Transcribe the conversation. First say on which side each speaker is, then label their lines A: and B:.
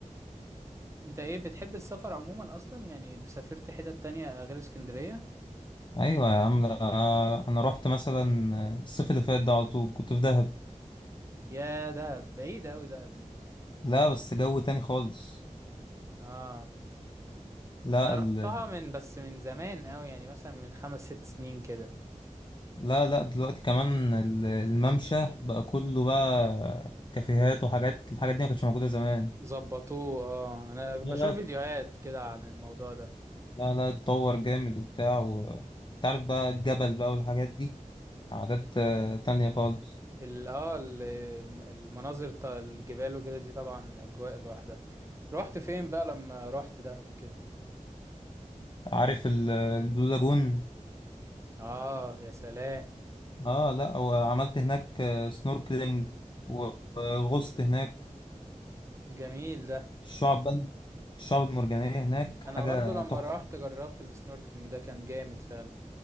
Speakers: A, on the right; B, on the left.
A: انت ايه بتحب السفر عموما اصلا يعني سافرت حتت تانية غير اسكندرية
B: ايوه يا عم لا، انا رحت مثلا الصيف اللي فات ده على طول كنت في دهب
A: يا دهب بعيدة اوي دهب دي
B: لا بس جو تاني خالص
A: اه
B: لا
A: انا رحتها
B: ال...
A: من بس من زمان اوي يعني مثلا من خمس ست سنين كده
B: لا لا دلوقتي كمان ال- الممشى بقى كله بقى كافيهات وحاجات الحاجات دي ما كانتش موجوده زمان
A: ظبطوه اه انا بشوف
B: لا لا
A: فيديوهات كده عن الموضوع ده
B: لا لا اتطور جامد وبتاع و... تعرف بقى الجبل بقى والحاجات دي عادات آه، تانية خالص
A: ال اه ال- الم- المناظر بتاع الجبال وكده دي طبعا اجواء لوحدها رحت فين بقى لما رحت دهب كده
B: عارف ال- البلو لاجون
A: اه يا سلام
B: اه لا وعملت هناك آه، سنوركلينج و- وغصت هناك
A: جميل ده
B: الشعب بقى الشعب المرجانية هناك حاجة
A: انا برضو لما
B: تحفة
A: رحت جربت السنوركلينج ده كان جامد فعلا